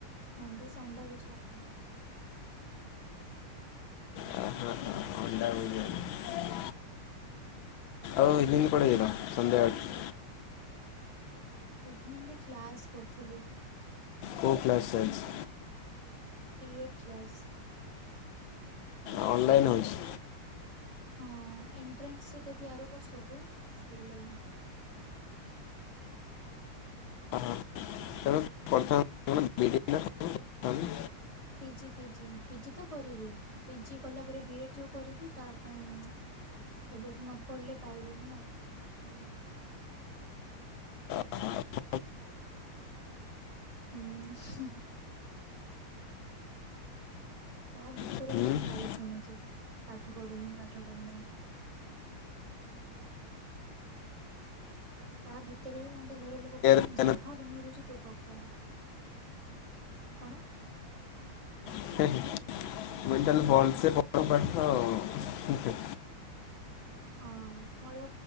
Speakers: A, on the right; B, on the left.
A: ନନ୍ ବେଜ୍ ଅଣ୍ଡା ଭୁଜିଆ, ଅଣ୍ଡା -ଆ।
B: ରାତ୍ ରେ ଅଣ୍ଡା ଭୁଜିଆ। ଆଉ ଇଭିନିଙ୍ଗ୍ କୁଆଡେ <unintelligible> ସନ୍ଧ୍ୟାବେଳେ?
A: ଇଭିନିଂ ରେ କ୍ଲାସ କରୁଥିଲି।
B: କଉ କ୍ଲାସ୍ ଚାଲଛି?
A: B Ed class.
B: ଅନଲାଇନ୍ ହେଉଛି?
A: ହଁ ଏଣ୍ଟ୍ରାନ୍ସି ଦେବି ଆର ବର୍ଷକୁ ସେଇ ଲାଗି।
B: ଓ ହୋ, ତେଣୁ <inaudible> ବିଡ଼ିଟା ସବୁ କରିଥାନ୍ତି
A: ପିଜି ପିଜି, ପିଜି ତ କରିବି ପିଜି କଲା ପରେ ବି ଏଡ୍ ଯୋଉ କରିବି ତା ପାଇଁ ଏବେଠୁ ନ ପଢିଲେ ପାଇବେନି ନା ସେ
B: ରିଜଲ୍ଟ
A: ଉ-ଉ-ଉ ହୁଁ। ତା ଭିତରେ
B: ପଢ଼ିବାରେ
A: ବି ମୁଁ ଗାଳି ଶୁଣୁଛି ପାଠ ପଢୁନି ପାଠ ପଢୁନି ବୋଲି। ତା ଭିତରେ ବି ମତେ ଘର ଲୋକ କହୁଛନ୍ତି
B: ଧ୍ୟାନ
A: ଯାହା ବାହାରୁଛି ତୁ ପକା। କଣ?
B: <unintelligible> ତାହାଲେ ଭଲସେ ପଢ଼ ପାଠ ହେ ହେ।
A: ହଁ ମୋର